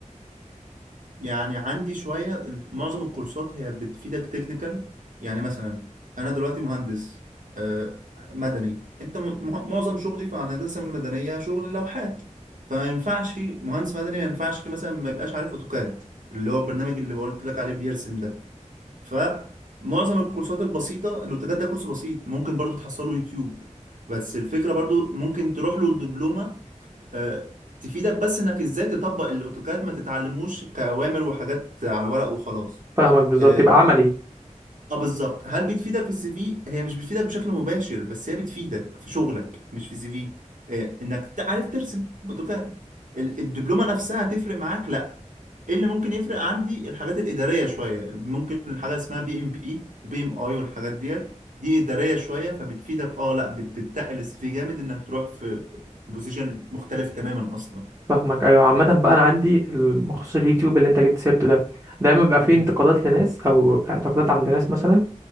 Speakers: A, on the right (about 85°); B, on the right (about 20°).
A: يعني عندي شوية ال- معظم الكورسات هي بتفيدك تكنيكال يعني مثلا أنا دلوقتي مهندس آه، مدني أنت م- مع- معظم شغلي في الهندسة المدنية شغل لوحات فما ينفعش مهندس مدني ما ينفعش مثلا ما يبقاش عارف أوتوكاد اللي هو البرنامج اللي قلت لك عليه بيرسم ده فمعظم الكورسات البسيطة الأوتوكاد ده كورس بسيط ممكن برضو تحصله يوتيوب بس الفكرة برضو ممكن تروح له الدبلومة آه، تفيدك بس انك ازاي تطبق الاوتوكاد ما تتعلموش كأوامر وحاجات على الورق وخلاص
B: فاهمك بالظبط
A: اه
B: يبقى عملي
A: آه، بالظبط هل بتفيدك في السي في هي مش بتفيدك بشكل مباشر بس هي بتفيدك في شغلك مش في سي في آه، انك تعرف ترسم اوتوكاد ال- الدبلومه نفسها هتفرق معاك لا ايه اللي ممكن يفرق عندي الحاجات الاداريه شويه ممكن الحاجه اسمها بي ام بي وبي ام اي والحاجات ديت دي اداريه شويه فبتفيدك اه لا بت- بتتقل السي في جامد انك تروح في بوزيشن مختلف تماما اصلا
B: فاهمك ايوه عامه بقى انا عندي مخصوص اليوتيوب اللي انت جبت سيرته ده دايما بيبقى فيه
A: مم.
B: انتقادات لناس او اعتقادات عند ناس مثلا